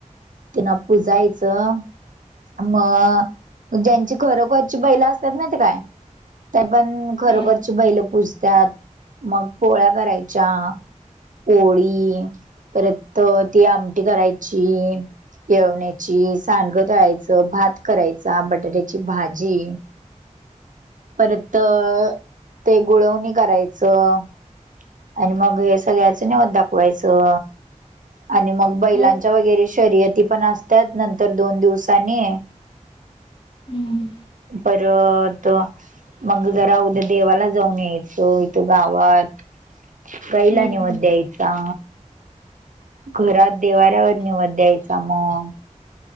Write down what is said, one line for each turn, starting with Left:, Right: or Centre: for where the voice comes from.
Right: तेना पूजायचं. मग ज्यांची खरोखरची बैला असतात माहितीय काय? त्या पण खरोखरची
Left: हम्म
Right: बैल पूजत्यात, मग पोळ्या करायच्या. पोळी परत ती आमटी करायची. यळवण्याची, सांडग तळायच भात करायचा बटाट्याची भाजी. परत ते गुळवणी करायचं. आणि म या सगळ्याच नीवद दाखवायचं. आणि मग बैलांच्या
Left: हम्म.
Right: वगैरे शर्यती पण असत्यात, नंतर दोन दिवसांनी.
Left: हम्म
Right: परत. मग जरा उद्या देवाला जाऊन यायचं इथ गावात. गाईला
Left: हम्म.
Right: निवद द्यायचा. घरात देवाऱ्यावर निवद द्यायचा मग.